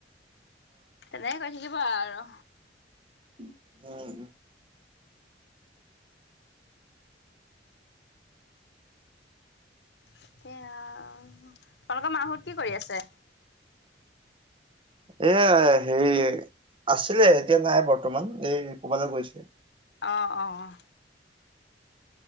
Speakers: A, on the left; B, on the right.
A: তেনেকে কৈ থাকিব আৰু।
B: উম, উম।
A: <unintelligible> তোমালোকৰ মাহোঁত কি কৰি আছে?
B: এ, হেৰি আছিলে, এতিয়া নাই বৰ্তমান এই ক'বালৈ গৈছে।
A: অ', অ'।